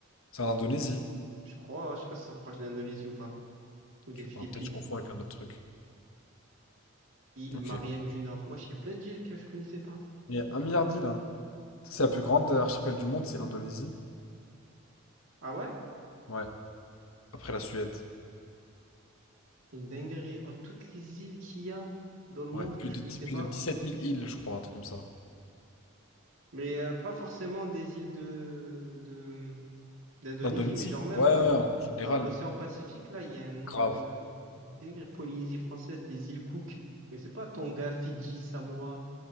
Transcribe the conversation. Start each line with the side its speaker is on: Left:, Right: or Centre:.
Left: C'est en Indonésie.
Right: Je crois, je sais pas si ça fait partie de l'Indonésie ou pas. Ou des
Left: Je sais
Right: Philippines.
Left: pas, peut-être je confonds avec un autre truc.
Right: Île
Left: Ok.
Right: Marianne du Nord. Wesh, il y a plein d'îles que je connaissais pas.
Left: Il y a un milliard d'îles, hein. C'est la plus grande archipel du monde, c'est l'Indonésie.
Right: Ah ouais?
Left: Ouais. Après la Suède.
Right: C'est une dinguerie. Oh, toutes les îles qu'il y a dans le monde
Left: Ouais.
Right: que
Left: Plus
Right: je
Left: de,
Right: connaissais
Left: dix- plus
Right: pas.
Left: de dix-sept mille îles, je crois, un truc comme ça.
Right: Mais euh, pas forcément des îles de, de, d'Indonésie,
Left: L'Indonésie?
Right: mais genre même
Left: Ouais,
Right: là,
Left: ouais, en général,
Right: dans l'océan Pacifique, là, il y a un nombre
Left: grave.
Right: d'îles Polynésie française, les îles Cook. Je connaissais pas Tonga, Fidji, Samoa.